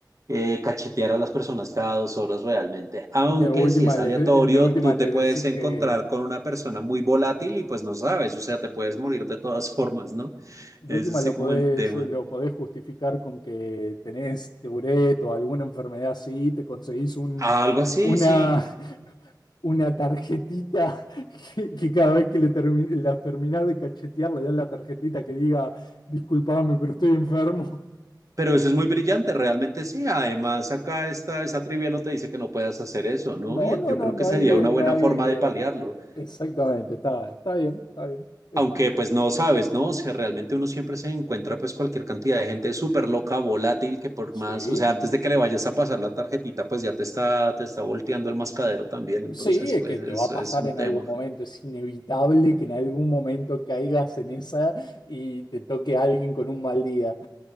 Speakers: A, on the right (about 45°); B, on the left (about 65°).
A: eh, cachetear a las personas cada dos horas realmente. Aunque
B: De última
A: si es aleatorio,
B: les, de última
A: tú
B: les
A: te puedes
B: decís
A: encontrar
B: que,
A: con una persona muy volátil y pues no sabes, o sea, te puedes morir de todas formas, ¿no?
B: de
A: Ese
B: última lo
A: es como
B: podés,
A: el tema.
B: lo podés justificar con que tenés Tourette o alguna enfermedad así, te conseguís un,
A: Algo así,
B: una,
A: sí.
B: una tarjetita que, que cada vez que le termi- la terminás de cachetear, le das la tarjetita que diga, disculpame, pero estoy enfermo.
A: Pero eso es muy brillante, realmente sí. Además, acá esta, esa trivia no te dice que no puedas hacer eso, ¿no?
B: No,
A: Y
B: no,
A: yo
B: no,
A: creo
B: no
A: que sería
B: hay, eh,
A: una buena
B: no hay.
A: forma
B: eh,
A: de paliarlo.
B: Exactamente, está, está bien, está bien. <laughs>
A: Aunque pues no sabes, ¿no? O sea, realmente uno siempre se encuentra pues cualquier cantidad de gente súper loca, volátil, que por
B: Sí,
A: más, o sea, antes de que le vayas a pasar la tarjetita, pues ya te está, te está volteando el mascadero también. Entonces,
B: sí, es
A: pues
B: que
A: eso
B: te va a pasar
A: es un
B: en
A: tema.
B: algún momento, es inevitable que en algún momento caigas en esa y te toque alguien con un mal día.